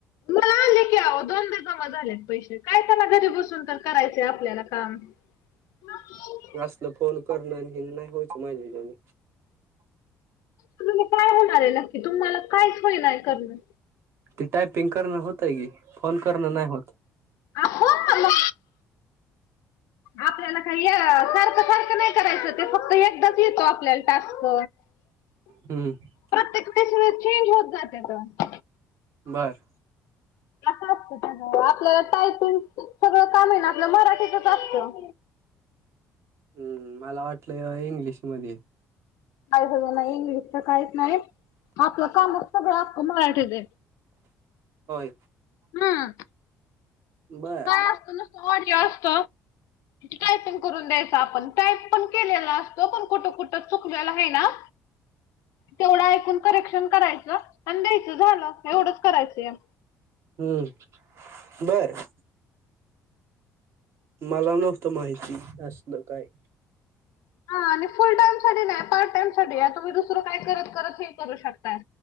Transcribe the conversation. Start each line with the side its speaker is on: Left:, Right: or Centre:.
Left: मला आले. की आहो दोनदा जमा झालेत पैसे काय त्याला घरी बसून तर करायचय आपल्याला काम <unintelligible>
Right: हे असलं फोन करणं आण हेनं नाय होयचं माझ्याच्यांनी
Left: तुम्हाला काय होणार ये नक्की तुम्हाला काहीच होईनाय करणं
Right: ते टायपिंग करणं होतय की फोन करणं नाय होत.
Left: आहो आ आपल्याला काय य सारखं सारखं नाय करायच ते फक्त एकदाच येतो आपल्याला टास्क
Right: हम्म
Left: प्रत्येक वेस चेंज होत जाते तर.
Right: बरं.
Left: असं असतं अस आपल्याला टायटिंग सगळं काम आहे ना आपलं मराठीतच असतं.
Right: हम्म मला वाटलंय इंग्लिश मध्ये
Left: काजं नाही इंग्लिशच काहीच नाही आपलं काम सगळंकं मराठीच
Right: होय.
Left: हम्म
Right: बर
Left: काय असत नुसत ऑडिओ असत. टायपिंग करून द्यायच आपण टाइप पण केलेला असतो पण कुठं कुठं चुकलेला आहे ना, तेवढं ऐकून करेक्शन करायचं आणि द्यायचं झालं एवढंच करायचं यात.
Right: हम्म बरं. मला नव्हतं माहिती असल काय.
Left: हा आणि फुल टाइम साठी नाही पार्ट टाइम साठी आहे तुम्ही दुसरं काय करत करत हे करू शकता.